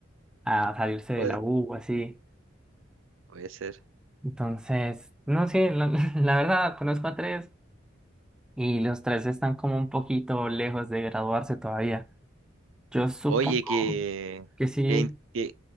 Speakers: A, in the centre; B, on the right (about 80°).
A: a, a salirse de
B: puede,
A: la U, así.
B: puede ser.
A: Entonces, no sé, la, <laughs> la verdad, conozco a tres y los tres están como un poquito lejos de graduarse todavía. Yo supongo
B: Oye, qué,
A: que sí.
B: qué, in- qué-